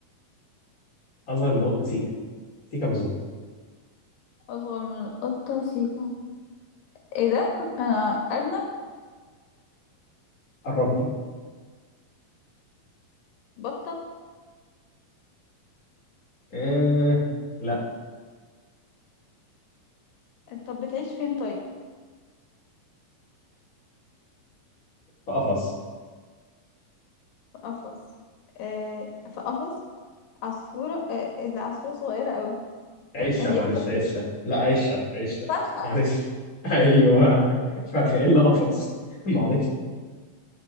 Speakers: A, on the left; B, on the left.
A: أصغر من القطة سيكا سيكا بالظبط
B: أصغر من القطة سيكا إيه ده أنا أرنب
A: قربتي
B: بطة
A: آه لا
B: طب بتعيش فين طيب
A: في قفص
B: في قفص آه في قفص عصفورة آه العصفورة صغيرة قوي
A: عشة
B: يعني
A: معلش
B: إيه بتبقى
A: عشة لا عشة عشة
B: فرخة
A: معلش <laughs> أيوه فرخة إلا قفص <laughs> معلش